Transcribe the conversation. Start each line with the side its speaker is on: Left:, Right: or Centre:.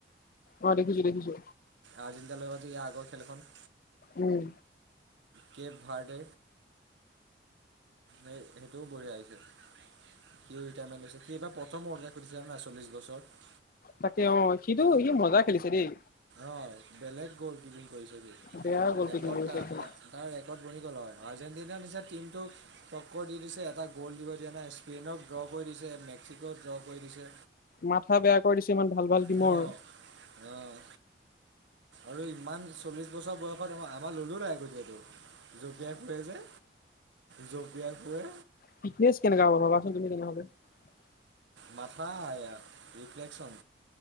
Left: অ' দেখিছো, দেখিছো।
Right: আৰ্জেণ্টিনা ৰ লগত ইয়াৰ আগৰ খেল খন।
Left: উম।
Right: কেপ ভাৰডে সেইটোও বঢ়িয়া আহিছে। সিও ৰিটাইমেণ্ট লৈছে। সি এইবাৰ প্ৰথম ওৱল্ডকাপ খেলিছে জানা চল্লিশ বছৰত।
Left: তাকে অ' সিটো সি মজা খেলিছে দেই।
Right: অ' বেলেগ গ'ল কিপিং কৰিছে সি।
Left: বেয়া গ'ল
Right: ৰেৰ্ড
Left: কৰিছে
Right: তাৰ
Left: একদম
Right: ৰেকৰ্ড বনি গ'ল আৰু আৰ্জেণ্টি না নিচিনা টিমটোক টক্কৰ দি দিছে এটা গ'ল দিব দিয়া নাই স্পেইনক ড্ৰৰ কৰি দিছে মেক্সিক' দ কৰি দিছে।
Left: মাথা বেয়া কৰি দিছে ইমান ভাল ভাল ডিমৰ।
Right: ন' অ', আৰু ইমান চল্লিছ বছৰ বয়সত আম আমাৰ ল'লোঁ ন, আগতিয়টো জঁপিয়াই ফে যে। জঁপিয়াই ফুৰে
Left: পিকনে কেনে গা <unintelligible>
Right: মাফা, আয়া ৰিফ্লেকচন।